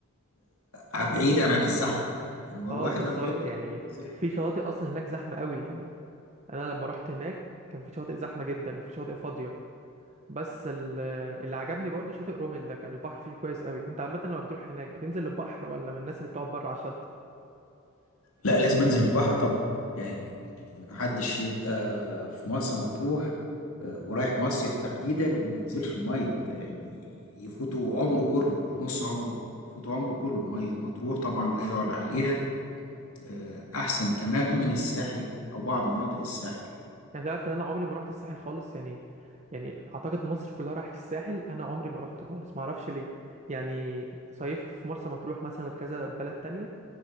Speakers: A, on the left (about 90°); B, on the right (about 35°).
A: آه، بعيدا عن الزحمه يعني هو
B: اه
A: الواحد
B: بالظبط
A: لما بيخرج
B: يعني
A: من الزحمة-
B: في شواطئ اصلا هناك زحمة قوي يعني انا لما رحت هناك كان في شواطئ زحمة جدا وفي شواطئ فاضية بس ال- اللي عجبني برضو شاطئ رومل ده كان البحر فيه كويس قوي انت عامة لما بتروح هناك بتنزل البحر ولا من الناس اللي بتقعد بره على الشط
A: لا لازم انزل البحر طبعا يعني محدش يبقى في مرسى مطروح آه، ورايح مصيف تحديدا وما ينزلش الميه يعني يفوتوا عمره كله مش نص عمره يفوتوا عمره كله ميه مطروح طبعا لا يعلى عليها آه، احسن كمان من الساحل او بعض مناطق الساحل
B: يعني تعرف ان انا عمري ما رحت الساحل خالص يعني يعني اعتقد مصر كلها راحت الساحل انا عمري ما رحته خالص ما اعرفش ليه يعني صيفت في مرسى مطروح مثلا في كذا بلد تانية